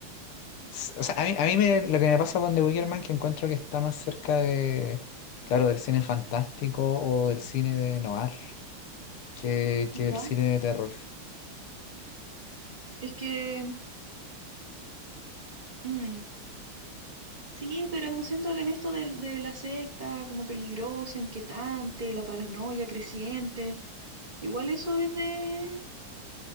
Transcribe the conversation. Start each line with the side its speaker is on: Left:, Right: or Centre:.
Left: S- O sea, a mí, a mí me- lo que me pasa con The Wicker Man que encuentro que está más cerca de, claro, del cine fantástico o del cine de noir. que,
Right: Ya.
Left: que el cine de terror.
Right: Es que, mm, Sí, pero siento que en esto del- de, la secta como peligrosa, inquietante, la paranoia creciente, Igual eso es de,